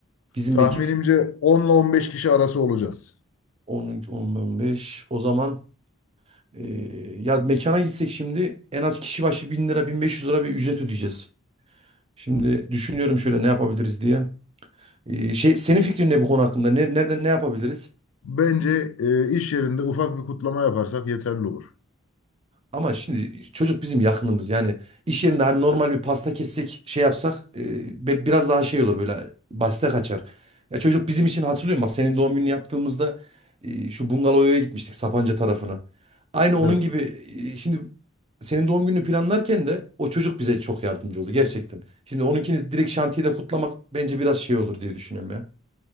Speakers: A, on the right; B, on the left.
A: bizim
B: Tahminimce
A: ekip?
B: 10 ile 15 kişi arası olacağız.
A: 10, 10, 15. O zaman ee, ya mekana gitsek şimdi en az kişi başı 1000 lira 1500 lira bir ücret ödeyeceğiz. Şimdi düşünüyorum şöyle ne yapabiliriz diye. Ee, şey senin fikrin ne bu konu hakkında? Ne, nereden ne yapabiliriz?
B: Bence e, iş yerinde ufak bir kutlama yaparsak yeterli olur.
A: Ama şimdi çocuk bizim yakınımız. Yani iş yerinde hani normal bir pasta kessek şey yapsak e, be- biraz daha şey olur böyle basite kaçar. Ya çocuk bizim için hatırlıyor musun? Bak senin doğum gününü yaptığımızda e, şu bungalovaya gitmiştik Sapanca tarafına. Aynı
B: Evet.
A: onun gibi e, şimdi senin doğum gününü planlarken de o çocuk bize çok yardımcı oldu gerçekten. Şimdi onunkini direkt şantiyede kutlamak bence biraz şey olur diye düşünüyorum ya.